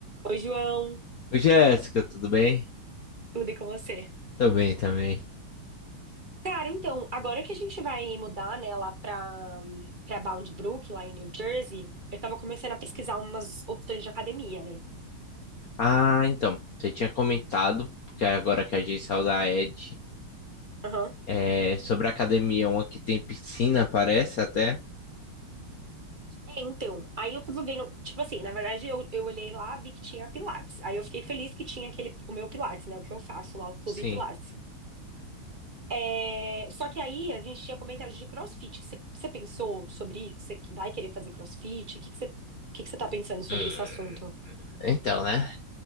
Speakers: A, on the right (about 25°); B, on the left (about 50°).
A: Oi, João,
B: Oi, Jéssica, tudo bem?
A: tudo e com você?
B: Tô bem também.
A: Cara, então, agora que a gente vai mudar, né, lá pra, pra Bound Brook, lá em New Jersey, eu tava começando a pesquisar umas opções de academia, né?
B: Ah, então, você tinha comentado, porque agora que a gente saiu da Ed,
A: Aham.
B: é, sobre a academia, uma que tem piscina, parece até.
A: É, então, aí eu tava vendo, tipo assim, na verdade eu, eu olhei lá, vi que tinha Pilates. Aí eu fiquei feliz que tinha aquele, o meu Pilates, né, o que eu faço lá, o Clube
B: Sim.
A: Pilates. É, só que aí a gente tinha comentado de CrossFit. Você você pensou sobre isso? Você vai querer fazer CrossFit? O que que você, o que que você tá pensando sobre
B: Hum,
A: esse assunto?
B: então, né?